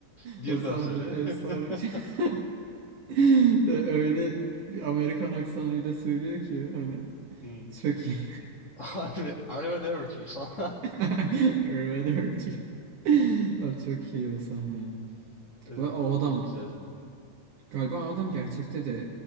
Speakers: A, on the left; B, on the right.
A: Bir
B: O sahne
A: daha söyle.
B: efsane
A: <laughs>
B: bir şey. <laughs> Ve Öyle bir Amerikan aksanıyla söylüyor ki hani
A: Hmm.
B: çok iyi.
A: Harbi, Harbi <laughs>
B: <laughs> Arrivederci. <laughs> Aa, Çok iyi o sahne. ya.
A: Evet,
B: Ve o adam
A: çok güzel film.
B: galiba o adam gerçekte de